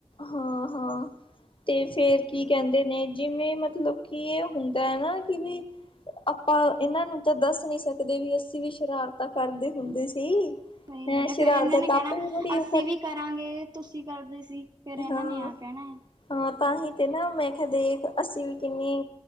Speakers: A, on the left (about 50°); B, on the right (about 40°).
A: ਹਾਂ- ਹਾਂ। ਤੇ ਫੇਰ, ਕੀ ਕਹਿੰਦੇ ਨੇ, ਜਿਵੇਂ ਮਤਲਬ ਕੀ, ਇਹ ਹੁੰਦਾ ਹੈ ਨਾ, ਕਿ ਵੀ। ਆਪਾਂ ਇਹਨਾਂ ਨੂੰ, ਤਾਂ ਦੱਸ ਨਹੀਂ ਸਕਦੇ ਵੀ। ਅਸੀਂ ਵੀ ਸ਼ਰਾਰਤਾਂ, ਕਰਦੇ ਹੁੰਦੇ ਸੀ।
B: ਸਹੀ
A: ਹੈਂ
B: ਗਲ ਹੈ।
A: ਸ਼ਰਾਰਤਾਂ
B: ਫੇਰ ਇਹਨਾਂ ਨੇ
A: ਤਾਂ
B: ਕਹਿਣਾ,
A: ਆਪੇ ਵੀ ਬੜੀਆਂ
B: ਅਸੀਂ
A: ਕਰ
B: ਵੀ ਕਰਾਂਗੇ, ਤੁਸੀਂ ਕਰਦੇ ਸੀ। ਫੇਰ ਇਹਨਾਂ
A: ਹਾਂ।
B: ਨੇ ਆ ਕਹਿਣਾ ਹੈ
A: ਹਾਂ ਤਾਂਹੀ, ਤੇ ਨਾ ਮੈਂ ਕਿਹਾ, ਦੇਖ ਅਸੀਂ ਵੀ ਕਿੰਨੀ।